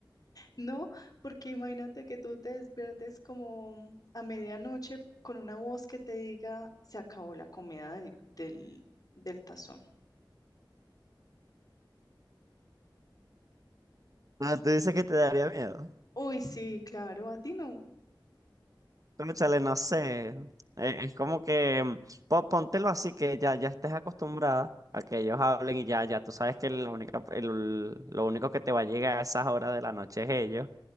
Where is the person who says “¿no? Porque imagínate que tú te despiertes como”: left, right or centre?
Left